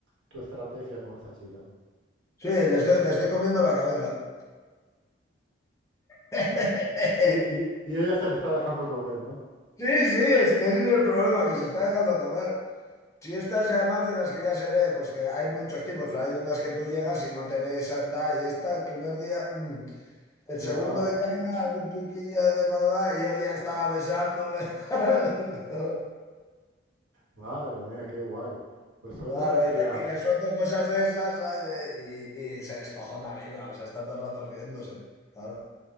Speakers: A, on the right (about 75°); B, on the left (about 15°).
A: tu estrategia con esa chica, ¿no?
B: Sí, le estoy, le estoy comiendo la cabeza. <laughs>
A: Y, y- y ella se le está dejando comer, ¿no?
B: Sí, sí, es que ese es el problema, que se está dejando comer. Si estas además de las que ya se ve, pues que hay muchos tipos, hay unas que tú llegas y no te ves santa y esta el primer día, mm. el
A: <laughs>
B: segundo
A: Ah,
B: ya algún piquillo de vez en cuando va y yo ya estaba besándome. <laughs>
A: madre mía, qué guay. Pues suena
B: Claro,
A: una tía,
B: y le, y le suelto cosas de esas, ¿sabes? Y, y se descojona viva, o sea, está todo el rato riéndose. Claro.